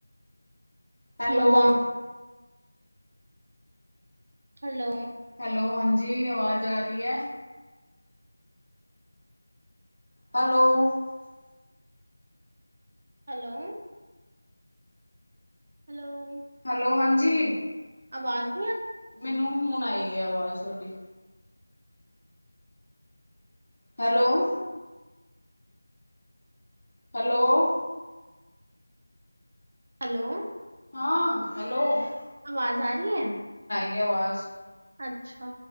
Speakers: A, on the left; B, on the right.
A: ਹੈਲੋ
B: ਮਜ਼ਾ
A: ਕਿਵੇ ਹੋ।
B: ਹੈਲੋ ਹਾਏ ਮੈਂ ਇਸ ਲਈ ਫੋਨ ਕੀਤਾ ਤੁਸੀ ਕਿਵੇ ਹੋ।
A: ਹੈਲੋ ਹਾਂਜੀ ਅਵਾਜ਼ ਆ ਰਹੀ ਹੈ ਹੈਲੋ ਹਾਂਜੀ ਕਹਿੰਦੇ ਨੇ।
B: ਹੈਲੋ ਕੰਪਿਊਟਰ ਅਤੇ ਮਨੁੱਖ ਨੂੰ ਹੀ ਗੱਲ ਕਰੀਏ ਹਨ। ਹੈਲੋ। ਸਤਿ ਸ਼੍ਰੀ ਆਕਾਲ।
A: ਹੈਲੋ ਹਾਂਜੀ ਕਿਵਾ ਹੋ।
B: ਆਵਾਜ਼ ਵਿੱਚ ਰਿਕਾਰਡ ਕੀਤਾ ਗਿਆ ਹੈ।
A: ਮੈਨੂੰ ਹੁਣ ਆਏ ਹਨ। ਆਵਾਜ਼ ਤੁਹਾਡੀ ਅਹਾਗੀ। ਹੈਲੋ ਹਾਏ। ਹੈਲੋ। ਹਾਂਜੀ ਕਿਵੇ ਹੋ।
B: ਹੈਲੋ ਹਾਏ। ਕਿਵੇ ਹੋ ਤੁਸੀ।
A: ਹਾਂ ਹੈਲੋ। ਹਾਂਜੀ ਦਸੋ ਕਿਵੇਂ ਹੋ।
B: ਆਵਾਜ਼ ਆ ਰਹੀ ਹੈ। ਹਾਂਜੀ।
A: ਆਵਾਜ਼ ਵਿੱਚ ਰਿਕਾਰਡ ਕੀਤਾ ਗਿਆ ਹੈ।
B: ਅੱਛਾ